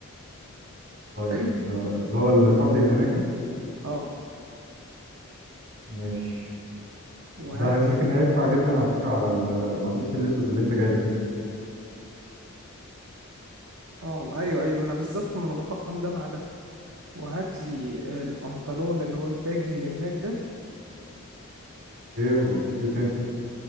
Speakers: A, on the right; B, on the right.
A: طيب
B: حلو
A: ده اللي هو الكحلي اللي هناك ده
B: اه
A: ماشي
B: وهات
A: ده ممكن
B: لي
A: ينفع جدا على فكرة على ال- القميص الأسود اللي أنت جايبه ده
B: اه ايوه ايوه ما انا بالظبط ما انا بطقم ده مع ده وهات لي آه، البنطلون اللي هو الباجي اللي هناك ده
A: إيه وب- إيه تاني